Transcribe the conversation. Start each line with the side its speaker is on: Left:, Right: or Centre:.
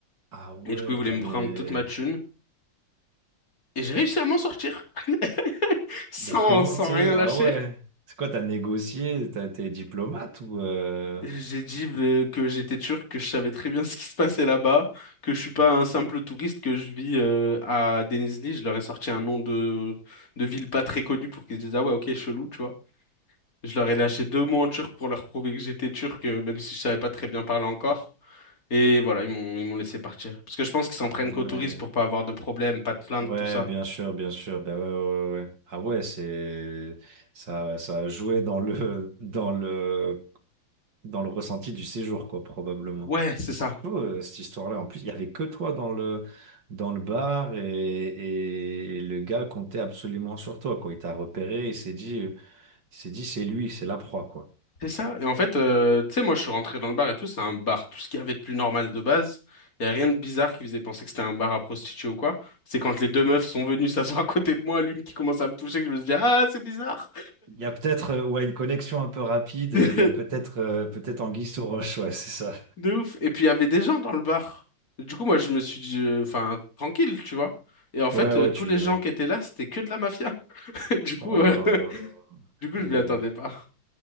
Right: Ah ouais,
Left: Et du coup, ils voulaient
Right: t'avais...
Left: me prendre toute ma thune. Et j'ai réussi à m'en sortir <laughs> sans,
Right: Mais comment
Left: sans
Right: t'es...
Left: rien lâcher.
Right: Ah ouais, c'est quoi, t'as négocié, t'as été diplomate ou... euh,
Left: J'ai dit euh, que j'étais turc, que je savais très bien <laughs> ce qui se passait là-bas, que je suis pas un simple touriste, que je vis euh, à Denizli. Je leur ai sorti un nom de, de ville pas très connue pour qu'ils se disent ah ouais ok chelou tu vois. Je leur ai lâché deux mots en turc pour leur prouver que j'étais turc, euh, même si je savais pas très bien parler encore. Et voilà ils m'ont ils m'ont laissé partir parce que je pense qu'ils s'en
Right: Ah
Left: prennent
Right: ouais.
Left: qu'aux touristes pour pas avoir de problème, pas de plainte,
Right: Ouais,
Left: tout ça.
Right: bien sûr, bien sûr. Ben ouais, ouais, ouais. ouais. Ah ouais, c'est ça, ça a joué dans le <laughs> dans le dans le ressenti du séjour, quoi, probablement.
Left: Ouais c'est
Right: Mais
Left: ça.
Right: c'est chaud euh, cette histoire-là. En plus, il y avait que toi dans le dans le bar et, et, et le gars comptait absolument sur toi, quoi. Il t'a repéré, il s'est dit, euh, il s'est dit, c'est lui, c'est la proie, quoi.
Left: C'est ça. Et en fait, euh, tu sais, moi, je suis rentré dans le bar et tout. C'est un bar. Tout ce qu'il y avait de plus normal de base. Il n'y a rien de bizarre qui faisait penser que c'était un bar à prostituées ou quoi. C'est quand les deux meufs sont venues s'asseoir à côté de moi, l'une qui commence à me toucher, que je me suis dit, ah, c'est bizarre.
Right: Il y a peut-être euh, ouais une connexion un peu rapide.
Left: <laughs>
Right: euh, Il y a peut-être euh, peut-être anguille sous roche, ouais, c'est ça.
Left: De ouf. Et puis, il y avait des gens dans le bar. Du coup, moi, je me suis dit, euh, enfin, tranquille, tu vois. Et en fait,
Right: Ouais, ouais,
Left: euh, tous
Right: tu
Left: les gens
Right: ouais.
Left: qui étaient là, c'était que de la mafia. <laughs> Du coup,
Right: Oh
Left: euh,
Right: là
Left: <laughs>
Right: là,
Left: du coup,
Right: délire.
Left: je m'y attendais pas.